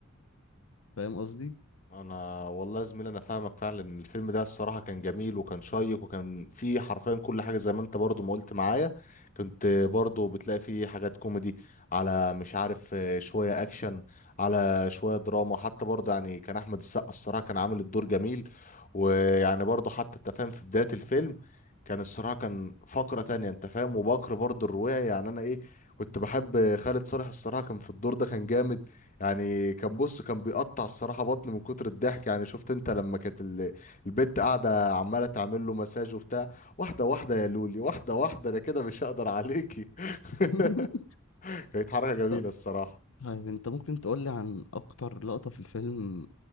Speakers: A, on the left; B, on the left.
A: فاهم قصدي
B: انا والله يا زميلي انا فاهمك فعلا ان الفيلم ده الصراحه كان جميل وكان شيق وكان فيه حرفيا كل حاجه زي ما انت برضو ما قلت معايا كنت برضو بتلاقي فيه حاجات كوميدي على مش عارف آه، شويه اكشن على شويه دراما حتى برضو يعني كان احمد السقا الصراحه كان عامل الدور جميل ويعني برضو حتى انت فاهم في بدايه الفيلم كان الصراحه كان فقره تانية انت فاهم وبكر برضو الرواعي يعني انا ايه كنت بحب خالد صالح الصراحه كان في الدور ده كان جامد يعني كان بص كان بيقطع الصراحة بطني من كتر الضحك يعني شفت انت لما كانت ال- البت قاعدة عمالة تعمل له مساج وبتاع واحدة واحدة يا لولي واحدة واحدة انا كده مش هقدر عليكي
A: <laughs>
B: <laughs> كانت حركة جميلة
A: طب
B: الصراحة
A: طيب انت ممكن تقولي عن اكتر لقطه في الفيلم